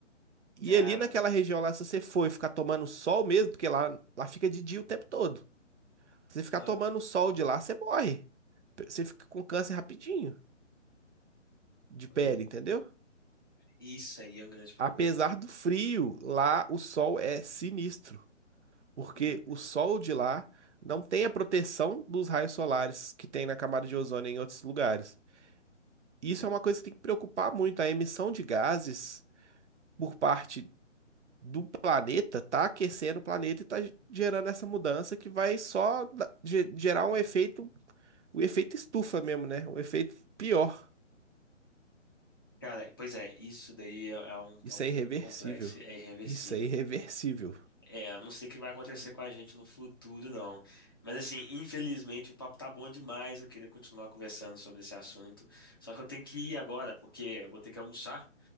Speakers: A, on the right (about 65°); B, on the left (about 20°).
A: E
B: cara,
A: ali naquela região lá, se você for e ficar tomando sol mesmo, porque lá, lá fica de dia o tempo todo. Se você ficar
B: ah,
A: tomando sol de lá, você morre. Você fica com câncer rapidinho de
B: poxa.
A: pele, entendeu?
B: Isso aí é um grande problema.
A: Apesar do frio, lá o sol é sinistro, porque
B: Hum.
A: o sol de lá não tem a proteção dos raios solares que tem na camada de ozônio em outros lugares. Isso é uma coisa que tem que preocupar muito, a emissão de gases por parte do planeta tá aquecendo o planeta e tá gerando essa mudança que vai só da- ge- gerar um efeito, o efeito estufa mesmo, né? Um efeito pior
B: Cara, pois é, isso daí é, é um tópico
A: Isso é irreversível.
B: muito complexo, é irreversível.
A: Isso é irreversível.
B: É, eu não sei o que vai acontecer com a gente no futuro, não. Mas assim, infelizmente o papo tá bom demais, eu queria continuar conversando sobre esse assunto. Só que eu tenho que ir agora, porque eu vou ter que almoçar.